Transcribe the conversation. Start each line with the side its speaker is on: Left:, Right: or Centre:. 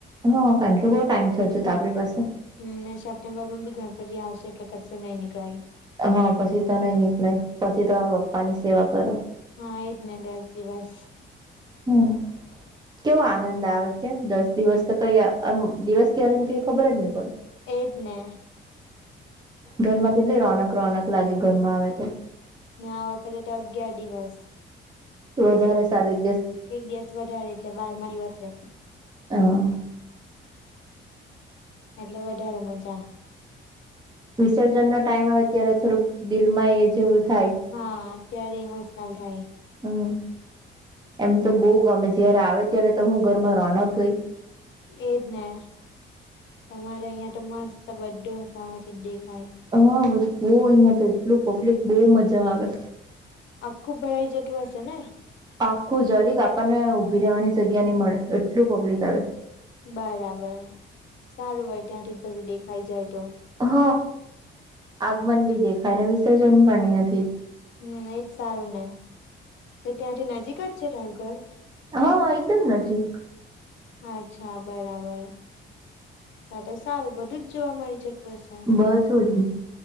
Right: હા કારણ કે બહુ ટાઈમ છેજ ત આપણી પાસે
Left: હમ સપ્ટેમ્બર માં બી ગણપતિ આવશે એટલે ક્શે નઈ નીકળાય
Right: હા પછી તો નહી નીકળાય પછી તો બપ્પા ની સેવા કરો
Left: હા એ જ ને દસ દિવસ
Right: હમ કેવો આનંદ આવે કે દસ દિવસ તો કઈ આ દિવસ ક્યારે ને કઈ ખબર જ નહી પડે
Left: એજને
Right: ઘરમાં કેટલી રોનક રોનક લાગે ઘરમાં આવે તો
Left: ને આ વખતે તો અગિયાર દિવસ
Right: વધારે સારી
Left: એક દિવસ વધારે એટલે બારમા દિવસે
Right: હા
Left: એટલે વધારે મજા
Right: વિસર્જન નો ટાઈમ આવે ત્યારે થોડુંક દિલમાં એ જેવું થાય
Left: હા ત્યારે ઇમોશનલ થાય
Right: હમ એમ તો બહ ગમે જયારે આવે ત્યારે તો હું ઘરમાં રોનક ગઈ
Left: એજ ને તમારે અહીં તો મસ્ત બધું સામેથી જ દેખાય
Right: હા બધું અહિયાં તો એટલું પબ્લિક બહ મજા આવે
Left: આખું ભયાઈ જટું હશે ને.
Right: આખું જરીક આપણને ઊભી રેવાની જગ્યા ની મળે એટલું પબ્લિક આવે.
Left: બરાબર સારુ હોય તાથી જ ભઢુ ડેખાઈ જાય તો
Right: હ આગમન બી દેખાયને, વિસર્જન પણ અઈયાથી જ.
Left: હમ, એજ સારું ને એટલે ટાથી નજીક જ છે ટારુ ઘર.
Right: હ, એકદમ નજીક.
Left: હા, અચ્છા બરાબર. ટાટ સારુ બધુ જ જોવા મળી જટુ હશે.
Right: બધું જ